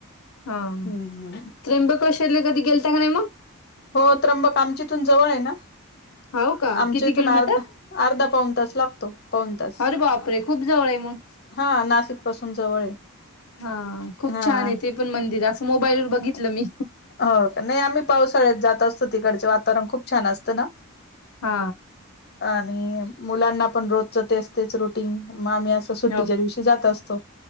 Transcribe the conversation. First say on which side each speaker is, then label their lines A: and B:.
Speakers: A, on the left; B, on the left.
A: हा
B: हम्म हम्
A: त्र्यंबक शरले कधी गेलता का नाही मग
B: हो त्र्यंबक आमच्या इथून जवळ आहे ना
A: हो का
B: आमच्या
A: किती
B: इथून
A: किलोमीटर?
B: आर्ध अर्धा पाऊन तास लागतो पन तास
A: अरे बापरे! खूप जवळ आहे मग.
B: हा नाशिक पासून जवळ आहे
A: हा खूप
B: हा
A: छान आहे ते पण मंदिर असं मोबाईलवरर बघितलं मी
B: हो का नाही आम्ही पावसाळ्यात जात असतो तिकडचे वातावरण खूप छान असतं ना
A: हा
B: आणि मुलांना पण रोजच ते असतेच रुटीन मग आम्ही अस सुट्टीच्या
A: हो
B: दिवशी जात असतो